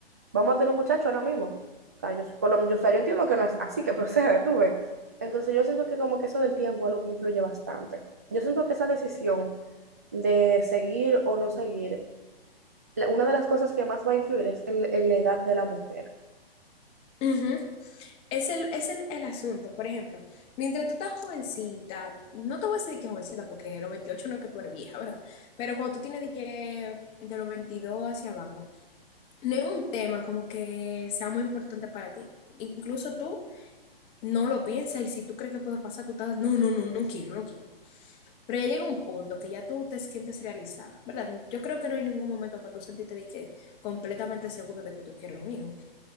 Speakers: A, on the right (about 15°); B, on the left (about 20°).
A: vamos a tener un muchacho ahora mismo. O sea, yo, por lo, yo, o sea, yo entiendo que no es así que <laughs> procede, tú ves. Entonces yo siento que como que eso del tiempo es lo que influye bastante. Yo siento que esa decisión de seguir o no seguir, la- una de las cosas que más va a influir es en, en la edad de la mujer.
B: Ujú. Es el, es el, el asunto, por ejemplo, mientras tú estás jovencita, no te voy a decir que jovencita porque los 28 no es que tú eres vieja, ¿verdad? Pero cuando tú tienes de, que, de los 22 hacia abajo, no es un tema como que sea muy importante para ti. Incluso tú no lo piensas y si tú crees que puede pasar, tú estás, no, no, no, no quiero, no quiero. Pero ya llega un punto que ya tú te sientes realizada, ¿verdad? Yo creo que no hay ningún momento para tú sentirte de que completamente seguro de que tú quieres un hijo.